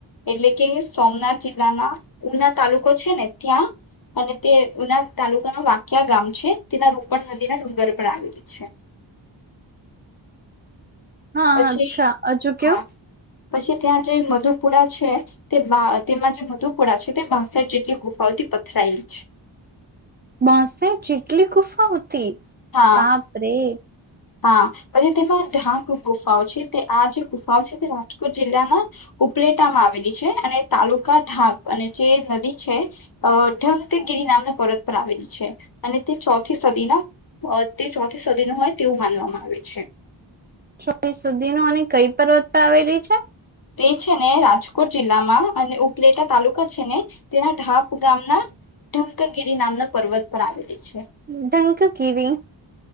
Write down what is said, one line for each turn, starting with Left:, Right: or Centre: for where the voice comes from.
Left: એટલે કે સોમનાથ જિલ્લાના ઉના તાલુકો છે ને ત્યાં. અને તે ઉના તાલુકાનું વાક્યા ગામ છે તેના રોપણ નદીના ડુંગર પર આવેલી છે.
Right: હા
Left: પછી
Right: અચ્છા હજુ કેયો.
Left: હા પછી ત્યાં જે મધુપુરા છે તે તેમાં જે મધુપુરા છે તે બાસઠ જેટલી ગુફાઓથી પથરાયેલી છે.
Right: માસે ચીટલી કુફા હોતી.
Left: હા
Right: પાપ રે.
Left: હા પછી તેમાં ઢાંક ગુફાઓ છે તે આ જે ગુફાઓ છે તે રાજકોટ જિલ્લાના ઉપલેટામાં આવેલી છે અને તાલુકા ઢાંક અને જે નદી છે અ ઢંકગીરી નામના પર્વત પર આવેલી છે અને તે ચોથી સદીના તે ચોથી સદી ન હોય તેવું માનવામાં આવે છે.
Right: છો સુધી નો અને કઈ પર્વત પર આવેલી છે?
Left: તે છે ને રાજકોટ જિલ્લામાં અને ઉપલેટા તાલુકા છે ને તેના ઢાપ ગામના ઢંકગીરી નામના પર્વત પર આવેલી છે.
Right: ડંકાકીવી.